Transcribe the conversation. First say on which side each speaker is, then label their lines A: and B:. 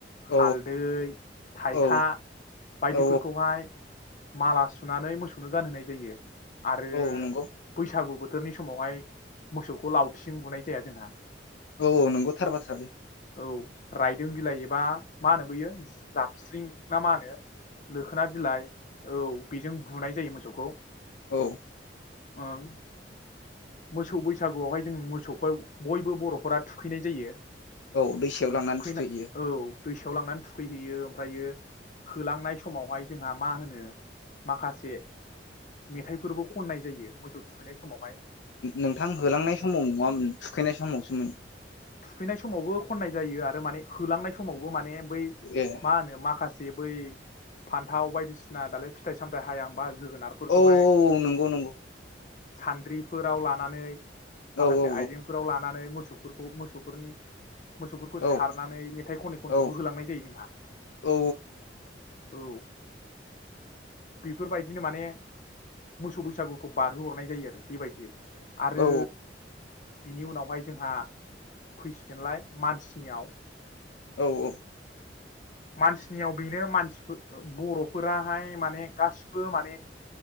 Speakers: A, on the left; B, on the left.
A: औ
B: हालदै, थाइखा
A: औ
B: बायदिफोरखौहाय
A: औ
B: माला सुनानै मोसौनो गानहोनाय जायो। आरो
A: औ नंगौ
B: बैसागु बो थोरनि समावहाय मोसौखौ लावथिजों बुनाय जाया जोंहा
A: औ औ नंगौ थार बाथ्रा बे
B: औ रायदों बिलाइ एबा माहोनो बैयो जा स्रिं ना मा होनो लोखोना बिलाइ औ बेजों बुनाय जायो मोसौखौ।
A: औ
B: ओं मोसौ बैसागुआवहाय जों मोसौखौ बयबो बर'फोरा थुखैनाय जायो।
A: औ दैसायाव लांनानै
B: थुखैनाय
A: थुखैहैयो।
B: औ दैसायाव लांनानै थुखैहैयो ओमफायो होलांनाय समावहाय जोंहा मा होनो माखासे मेथाइफोरबो खननाय जायो मोसौ थुखैनाय समावहाय
A: नोंथां होलांनाय समाव नङामोन थुखैनाय समावसोमोन।
B: थुखैनाय समावबो खननाय जायो आरो माने होलांनाय समाव बो माने बै
A: ए
B: मा होनो माखासे जे बै फान्थाव बायदिसिना दालाय फिथाइ सामथाय हाया होम बा जोगोनारफोरखौहाय
A: औ औ नंगौ नंगौ
B: सान्द्रिफोराव लानानै माखासे
A: औ औ
B: आइजेंफोराव लानानै मो सौफोर खौ मोसौफोरनि मोसौफोरखौ
A: औ
B: सारनानै मेथाइ खनै खनैबो
A: औ
B: होलांनाय जायो जोंहा
A: औ
B: औ बेफोरबायदिनो माने मोसौ बैसागु खौ बारहोहरनाय जायो आरो। बेबायदि आरो
A: औ
B: बिनि उनावहाय जोंहा। फैसिगोनलाय मानसिनियाव।
A: औ-औ।
B: मानसिनियाव बेनो मानसिफोर। ओ बरफोराहाय माने गासिबो माने